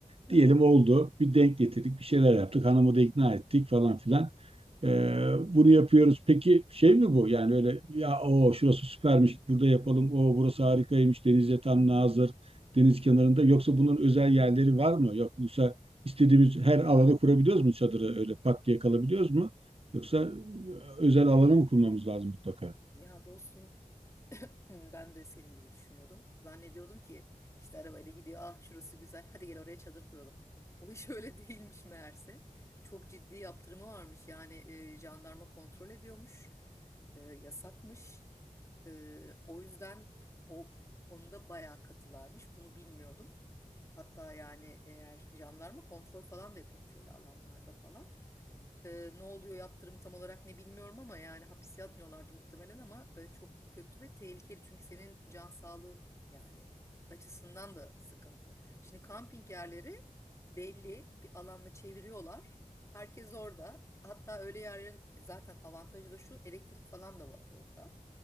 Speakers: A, on the right; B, on the left.
A: diyelim
B: <laughs>
A: oldu. Bir denk getirdik, bir şeyler yaptık. Hanımı da ikna ettik falan filan. Ee, bunu yapıyoruz. Peki şey mi bu? Yani öyle ya o şurası süpermiş burada yapalım. O burası harikaymış. Denize tam nazır. Deniz kenarında. Yoksa bunun özel yerleri var mı? Yok, yoksa istediğimiz her alana kurabiliyoruz mu çadırı öyle pat diye kalabiliyoruz mu? Yoksa e, özel alana mı kurmamız lazım mutlaka?
B: Ya dostum Hmm, Ben de senin gibi düşünüyordum. Zannediyordum ki işte arabayla gidiyor. Ah şurası güzel. Hadi gel oraya çadır kuralım. O iş <laughs> öyle değilmiş meğerse. Çok ciddi yaptırımı varmış. Yani e, jandarma kontrol ediyormuş. E, yasakmış. E, o yüzden o konuda bayağı katılarmış. Bunu bilmiyordum. Hatta yani eğer jandarma kontrol falan da yapıyormuş öyle alanlarda falan. Ee, ne oluyor yaptırım tam olarak ne bilmiyorum ama yani hapis yatmıyorlardı muhtemelen ama e, çok kötü ve tehlikeli. Çünkü senin can sağlığın yani açısından da sıkıntı. Şimdi kamping yerleri belli bir alanla çeviriyorlar. Herkes orada. Hatta öyle yerlerin e, zaten avantajı da şu elektrik falan da var orada.